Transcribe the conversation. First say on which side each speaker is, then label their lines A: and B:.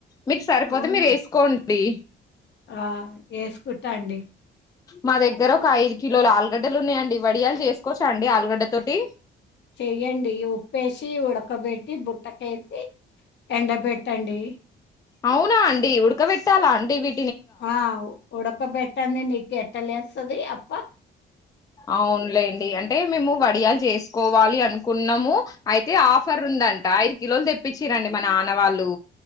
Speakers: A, on the left; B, on the left.
A: మీకు సరిపోతే
B: అవునా
A: మీరు వేసుకోండి
B: ఆ ఏసుకుంటా అండి.
A: మదగ్గర ఒక ఐదు కిలోలు ఆలుగడ్డలు ఉన్నాయండి వడియాలు చేసుకోవచ్చా అండి ఆలుగడ్డ తోటి.
B: చెయ్యండి ఉప్పేసి ఉడకబెట్టి బుట్టకేసి. ఎండ బేట్టండి.
A: అవునా అండి ఉడకబెట్టాలా అండి వీ.
B: ఆ ఉడక బెట్. టంది నీకెట్టాలేస్తాది అప్పా.
A: అవునులేండి అంటే మేము వడియాలు చేసుకోవాలి అనుకున్నాము అయితే ఆఫర్ ఉందంట ఐదు కిలోలు తెప్పించరండి మ నాన్నవాళ్ళు.